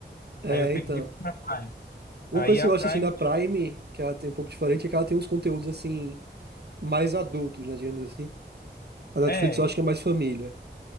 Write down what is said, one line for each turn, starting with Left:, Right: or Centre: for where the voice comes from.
Right: É,
Left: Aí eu peguei
Right: então.
Left: e fui pra Prime.
Right: Uma
Left: Aí
Right: coisa que
Left: a
Right: eu gosto
Left: Prime.
Right: assim da Prime, que ela tem um pouco diferente, é que ela tem uns conteúdos assim mais adultos, né, digamos assim. A Netflix
Left: É,
Right: eu acho
Left: e-
Right: que é mais família.